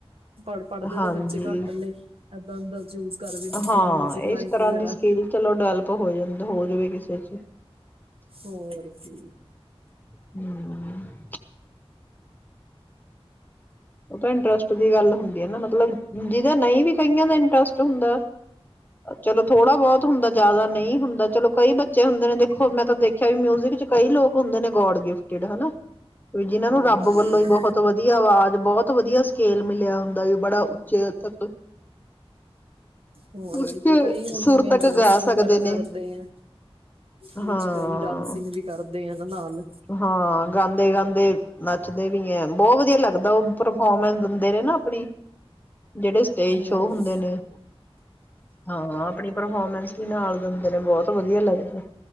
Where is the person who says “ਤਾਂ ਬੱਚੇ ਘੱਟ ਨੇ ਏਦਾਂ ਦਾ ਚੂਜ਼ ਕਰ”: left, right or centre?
Right